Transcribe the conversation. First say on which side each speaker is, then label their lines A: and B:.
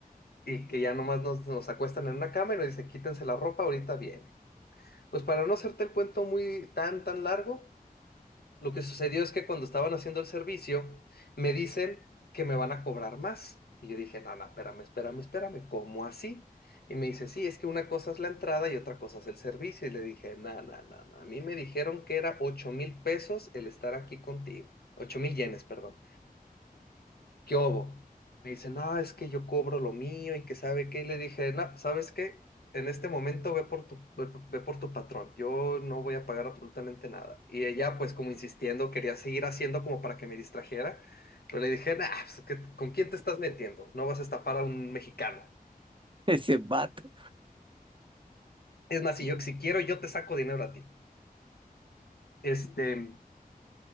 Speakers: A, on the left; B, on the right.
A: y que ya nomás nos, nos acuestan en una cama y nos dice, quítense la ropa, ahorita viene. Pues para no hacerte el cuento muy tan, tan largo, lo que sucedió es que cuando estaban haciendo el servicio, me dicen que me van a cobrar más. Y yo dije, no, no, espérame, espérame, espérame, ¿cómo así? Y me dice, sí, es que una cosa es la entrada y otra cosa es el servicio. Y le dije, no, no, no, no, a mí me dijeron que era ocho mil pesos el estar aquí contigo. ocho mil yenes, perdón. ¿qué hubo? Me dice, no, es que yo cobro lo mío y que sabe qué. Y le dije, no, ¿sabes qué? En este momento ve por tu, ve, ve por tu patrón, yo no voy a pagar absolutamente nada. Y ella, pues como insistiendo, quería seguir haciendo como para que me distrajera, pero le dije, nah, pues, ¿qué- ¿con quién te estás metiendo? No vas a estafar a un mexicano.
B: <laughs> Ese vato.
A: Es más, si yo, si quiero, yo te saco dinero a ti. Este,